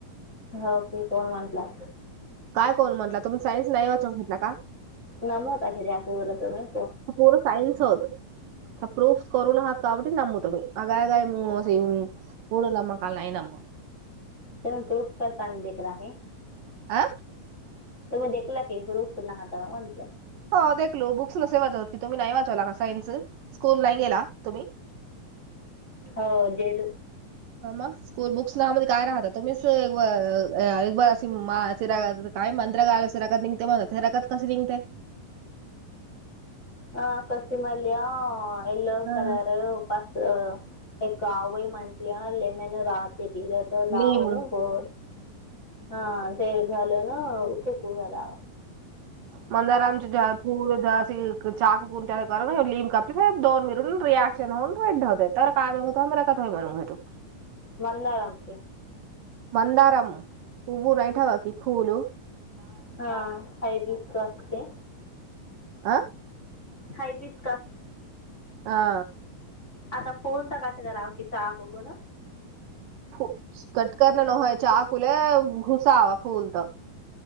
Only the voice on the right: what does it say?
काय कोण म्हटला तुम्ही सायन्स नाही वाचून घेतला का.
पोर सांयनस होत. प्रूफस कररोूनकात काबटी नमुतो म आगाय का म मूड नमकाला नाही नम
आ?
हो देखलो बुक्स नसे वाचवतात की तुम्ही नाही वाचवला का सायन्स स्कूल नाही गेला तुम्ही
ह स्कूल बुक्स ना म काय राहता तुम्हीच एक अ मा रा काय मंत्रगयला असं रगत निघते म्हण रगत कसं निघते
हा.
लिम
मंदारामचे फूलस चाक कोण त्या कर लिम कप दोन मिळून रिॲक्न होन भेेव होते तर काय मिळून होत मला क म्हणून भ तू
मंदारम उभू नाही ठेवा कि फुल
हं?
हा
<unintelligible>